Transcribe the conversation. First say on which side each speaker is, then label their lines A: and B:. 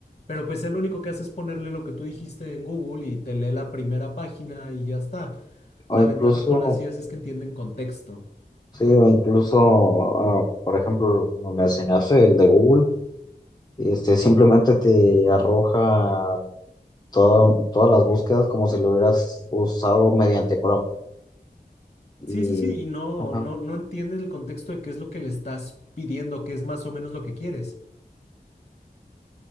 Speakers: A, on the left (about 40°); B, on the left (about 25°).
A: Pero pues él lo único que hace es ponerle lo que tú dijiste en Google y te lee la primera página y ya está.
B: O
A: La
B: incluso,
A: ventaja con las IAs es que entienden contexto.
B: sí, o incluso, ah, por ejemplo, como mencionaste, el de Google. Este, simplemente te arroja todo- todas las búsquedas como si lo hubieras usado mediante Chrome.
A: Sí,
B: Y,
A: sí, sí, y no,
B: ajá,
A: no, no entiendes el contexto de qué es lo que le estás pidiendo, qué es más o menos lo que quieres.